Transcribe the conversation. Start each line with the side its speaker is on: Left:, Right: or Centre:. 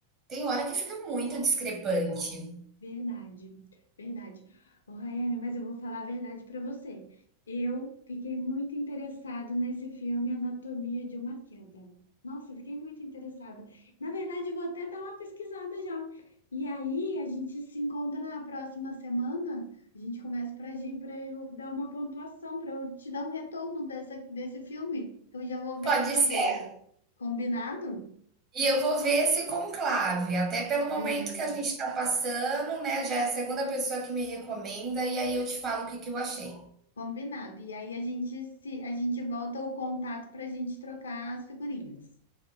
Right: tem hora que fica muito discrepante.
Left: Verdade, verdade. Ô, Rayane, mas eu vou falar a verdade para você. Eu fiquei muito interessado nesse filme Anatomia de uma Queda. Nossa, eu fiquei muito interessada. Na verdade, eu vou até dar uma pesquisada já. E aí, a gente se encontra na próxima semana. A gente começa para para eu dar uma pontuação, para eu te dar um retorno dessa, desse filme, que eu já vou ver
Right: Pode
Left: agora.
Right: ser.
Left: Combinado?
Right: E eu vou ver esse conclave, até pelo
Left: Veja.
Right: momento que a gente está passando, né? Já é a segunda pessoa que me recomenda, e aí eu te falo o que que eu achei.
Left: Combinado. E aí a gente se a gente volta o contato para a gente trocar as figurinhas.